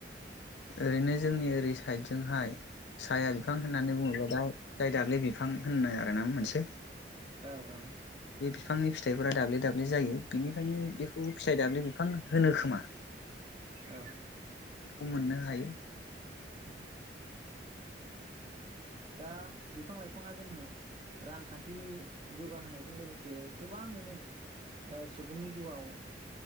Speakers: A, on the left (about 75°); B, on the right (about 30°).
A: ओरैनो जोंनि ओरै साइदजोंहाय साया बिफां होननानै बुङोबा दा जाय दाब्लि बिफां होनो आरो ना मोनसे।
B: औ औ।
A: बे बिफांनि फिथाइफोरा दाब्ले दाब्ले जायो बिनिखायनो बेखौ फिथाइ दाब्लि बिफां होनो खोमा?
B: औ।
A: बेखौ मोननो हायो।
B: उम दा बिफां लाइफाङा जोंनो रांखान्थि जौगाहोनायजों लोगोसे गोबाङैनो ओ सुबुंनि जिउआव